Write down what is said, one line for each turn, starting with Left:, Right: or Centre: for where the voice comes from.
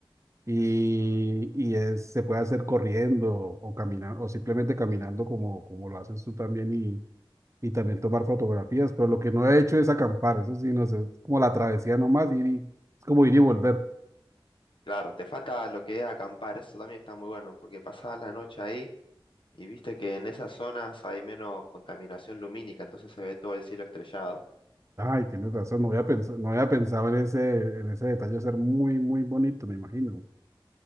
Right: y, y es- se puede hacer corriendo o caminar, o simplemente caminando como, como lo haces tú también y también tomar fotografías, pero lo que no he hecho es acampar, eso sí, no sé, es como la travesía nomás, ir y, es como ir y volver.
Left: Claro, te falta lo que es acampar, eso también está muy bueno, porque pasás la noche ahí y viste que en esas zonas hay menos contaminación lumínica, entonces se ve todo el cielo estrellado.
Right: Ay, tienes razón, no había pensado, no había pensado en ese, en ese detalle, ser muy, muy bonito, me imagino.